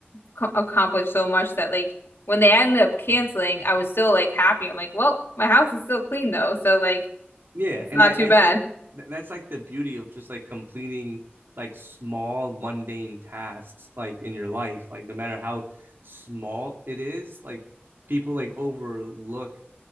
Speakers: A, on the left; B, on the right.
A: co- accomplished so much that like when they ended up canceling, I was still like happy. I'm like, well, my house is still clean though. So like
B: Yeah.
A: it's
B: And
A: not
B: I,
A: too
B: I
A: bad.
B: think th- that's like the beauty of just like completing like small mundane tasks like in your life. Like no matter how small it is, like people like overlook